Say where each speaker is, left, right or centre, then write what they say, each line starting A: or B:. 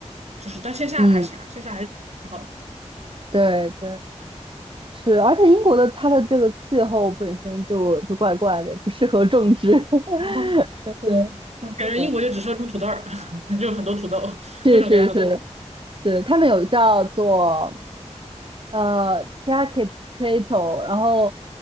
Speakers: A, on the right; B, on the right.
A: 就是但线下还行啊，
B: 嗯，
A: 线下还是挺好的。
B: 对对。是，而且英国的它的这个气候本身就就怪怪的，不适合种植。<laughs>
A: <laughs>
B: 对对
A: 嗯，嗯感觉英国就只说种土豆儿，
B: 对，
A: <laughs> 就很多土豆，
B: 是是是
A: 各种各样的土豆
B: 是，他们有叫做呃 jacket potato，然后